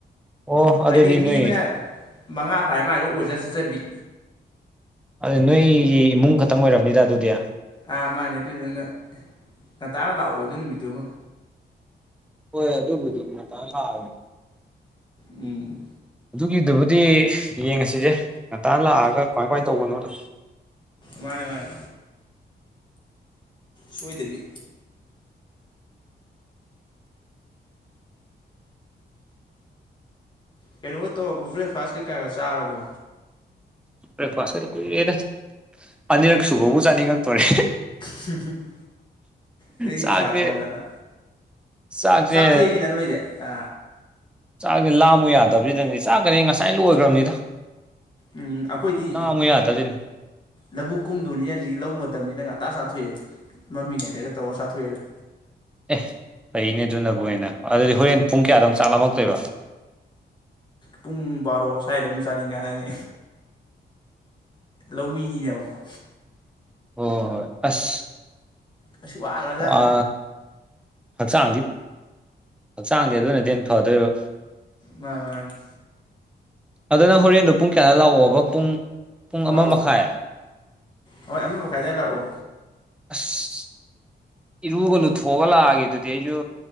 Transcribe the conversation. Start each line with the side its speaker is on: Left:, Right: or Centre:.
Centre: ꯑꯣ ꯑꯗꯨꯗꯤ
Left: ꯍꯥꯏꯗꯤ ꯃꯤ
Centre: ꯅꯣꯏ
Left: ꯑꯃꯅ ꯃꯉꯥ ꯐꯥꯔꯦ ꯃꯥꯏꯗꯣ ꯑꯣꯏꯖ ꯆꯠꯆꯕꯤ
Centre: ꯑꯗꯨ ꯅꯣꯏꯒꯤ ꯏꯃꯨꯡ ꯈꯛꯇꯪ ꯑꯣꯏꯔꯝꯅꯤꯗ ꯑꯗꯨꯗꯤ
Left: ꯑꯥ ꯃꯥꯅꯦ ꯑꯗꯨꯏꯗꯅ ꯉꯟꯇꯥꯅ ꯂꯥꯛꯑꯣ ꯑꯗꯨ ꯅꯨꯃꯤꯠꯇꯨꯃ
Centre: ꯍꯣꯏ ꯑꯗꯨꯕꯨꯗꯤ ꯉꯥꯟꯇꯥ ꯂꯥꯛꯑꯒꯦ
Left: ꯎꯝ
Centre: ꯑꯗꯨꯒꯤꯗꯨꯕꯨꯗꯤ ꯌꯦꯡꯉꯁꯤꯁꯦ ꯉꯟꯇꯥ ꯂꯥꯛꯑꯒ ꯀꯃꯥꯏ ꯀꯃꯥꯏ ꯇꯧꯕꯅꯣꯗꯣ
Left: ꯃꯅꯦ-ꯃꯅꯦ ꯁꯣꯏꯗꯕꯤ ꯀꯩꯅꯣꯒ ꯇꯧꯔꯕꯣ ꯕ꯭ꯔꯦꯛꯐꯥꯁ ꯀꯩꯀꯥꯒ ꯆꯥꯔꯕꯣ
Centre: ꯭ꯔꯦꯛꯐꯥꯁꯀꯗꯤ ꯀꯨꯏꯔꯦꯗ ꯑꯅꯤꯔꯛ ꯁꯨꯕꯕꯨ ꯆꯥꯅꯤꯡꯉꯛꯇꯣꯔꯦ
Left: ꯍꯝ ꯍꯨꯝ <inaudible> ꯑꯗꯨꯗꯤ
Centre: ꯆꯥꯛꯁꯦ
Left: ꯆꯥ ꯊꯥꯛꯑꯣꯗꯅ
Centre: ꯆꯥꯛꯁꯦ
Left: ꯆꯥꯛ ꯊꯦꯡꯉꯤꯅ ꯅꯣꯏꯗꯤ ꯑ
Centre: ꯆꯥꯛꯗꯤ ꯂꯥꯝꯃꯨ ꯌꯥꯗꯕꯁꯤꯗꯅꯤ ꯆꯥꯛ ꯀꯗꯤ ꯉꯁꯥꯏ ꯂꯣꯏꯈ꯭ꯔꯕꯅꯤꯗ
Left: ꯑꯝ ꯑꯩꯈꯣꯏꯗꯤ
Centre: ꯂꯥꯝꯃꯨ ꯌꯥꯗꯕꯁꯤꯅꯤ ꯑꯦ
Left: ꯂꯧꯕꯨꯛ ꯀꯨꯝꯗꯕꯅꯤꯅ ꯍꯧꯖꯤꯛ ꯂꯧꯕꯨꯛ ꯃꯇꯝꯅꯤꯅ ꯉꯟꯇꯥ ꯆꯥꯊꯣꯛꯑꯦ ꯃꯃꯤꯉꯩꯗꯒ ꯇꯧꯔꯒ ꯆꯥꯊꯣꯛꯑꯦꯗꯅ
Centre: ꯑꯦ ꯐꯩꯅꯦ ꯑꯗꯨꯅꯕꯨ ꯍꯦꯟꯅ ꯑꯗꯨꯗꯤ ꯍꯣꯔꯦꯟ ꯄꯨꯡ ꯀꯌꯥꯗ ꯆꯥꯛ ꯂꯝꯃꯛꯇꯣꯏꯕ
Left: ꯄꯨꯡ ꯕꯥꯔꯣ ꯁ꯭ꯋꯥꯏꯗ ꯑꯗꯨꯝ ꯆꯥꯅꯤꯡꯉꯥꯛꯑꯅꯤ ꯂꯧꯃꯤꯅꯤꯅꯒꯣ
Centre: ꯍ ꯍꯣꯏ ꯑꯁ
Left: ꯑꯁ ꯋꯥꯈ꯭ꯔꯖꯥꯠꯅꯤ
Centre: ꯑ ꯍꯛꯆꯥꯡꯗꯤ ꯍꯛꯆꯥꯡꯗꯤ ꯑꯗꯨꯅꯗꯤ ꯍꯦꯟꯅ ꯐꯗꯣꯏꯕ
Left: ꯃꯥꯥꯅꯦ-ꯃꯥꯥꯅꯦ
Centre: ꯑꯗꯨꯅ ꯍꯣꯔꯦꯟꯗꯨ ꯄꯨꯡ ꯀꯌꯥꯗ ꯂꯥꯛꯑꯣꯕ ꯄꯨꯡ ꯄꯨꯡ ꯑꯃ
Left: ꯍꯥꯎ
Centre: ꯃꯈꯥꯏ
Left: ꯍꯣꯏ ꯑꯃ ꯃꯈꯥꯏꯗꯨꯋꯥꯢ ꯂꯥꯛꯑꯣ
Centre: ꯑꯁ ꯏꯔꯨꯒ ꯂꯨꯊꯣꯛꯑꯒ ꯂꯥꯛꯑꯒꯦ ꯑꯗꯨꯗꯤ ꯑꯩꯁꯨ